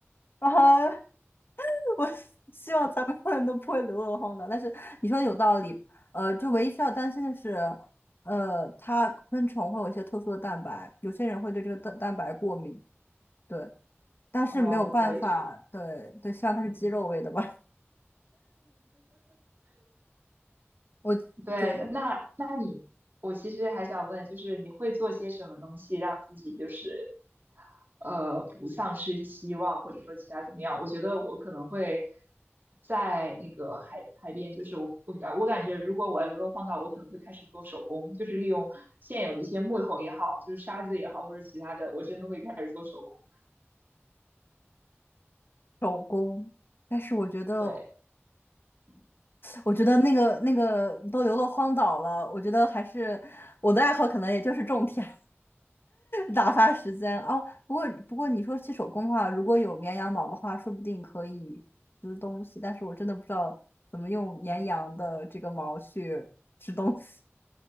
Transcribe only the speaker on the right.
哦，对，这，
嗯，
对，那那你，我其实还想问，就是你会做些什么东西让自己就是，呃，不丧失希望，或者说其他怎么样？我觉得我可能会在那个海海边，就是我我感我感觉，如果我要流落荒岛，我可能会开始做手工，就是利用现有的一些木头也好，就是沙子也好，或者其他的，我真的会开始做手工。
对，嗯。